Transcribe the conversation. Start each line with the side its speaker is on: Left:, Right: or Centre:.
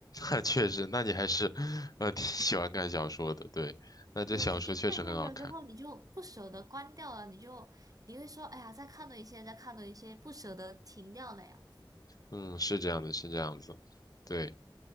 Left: 那确实，那你还是，呃，挺喜欢看小说的，对。那这小说确实很好看。
Right: 就你一看下去了之后，你就不舍得关掉了，你就你会说，哎呀，再看多一些，再看多一些，不舍得停掉那样。
Left: 嗯，是这样的，是这样子，对，